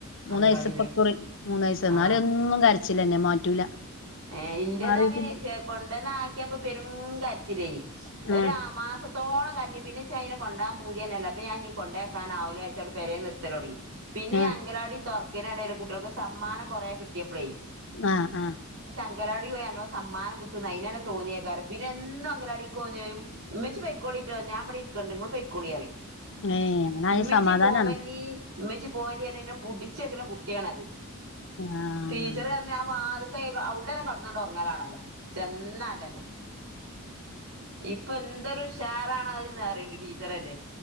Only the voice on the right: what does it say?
അങ്കലവാടില്ലേ
ആഹ്
ഏ ഇന്റത്
അങ്ങനെ ചെ ക്കൊണ്ടന്നാക്കിയേപ്പം പെരും കരച്ചില്ലേനി. ഒരു
ആ മാസത്തോളം കര ഞ്ഞ്. പിന്നെ ഇച്ച് അയ്നെ കൊണ്ടാവാൻ പൂത്യെന്നെല്ല. അപ്പം ഞാൻ ഞ് കൊണ്ടേ യാക്കാനാവൂല്ലാ ര്ച്ചാണ്ട് പെരേ നിർത്തലൊടങ്ങി. പിന്നിം
അങ്കലവാടി തൊർക്ക്ണ എടേല് കുട്ട്യൾക്ക് സമ്മാനം കൊറേ കിട്ട്യേപ്പളെയ്.
അംഗലാടി പോയ നല്ലോം സമ്മാനം കിട്ടുംന്ന് അയിനന്നെ തോന്നിയേക്കാരം. പിന്നെ എന്നും അങ്കലാടികോവും ചെയ്യും. ഇമ്മച്ചി പെയ്ക്കോ ളിട്ടോ ഞാൻ ഇബടെ ഇരിക്കണ്ട് ഇങ്ങള് പൊയ്ക്കോളിയറിം.
ഇമ്മച്ചി
പോവല്ലീ ഇമ്മച്ചി പോവല്ലീറന്ന് ഇന്നെ പുടിച്ചെക്ക്ണ കുട്ടിയാണത്.
ടീച്ചറർഞ്ഞ് ആ വാ <unintelligible> അവ്ടെന്നെ കടന്നാണ്ട് ഒർങ്ങലാണല്ലോ ചെന്നാട്ടന്നെ. ഇപ്പൊന്തൊരു ഉഷാറാണാത് ന്ന്റിയ്ണ്ട് ടീച്ചറെന്നെ.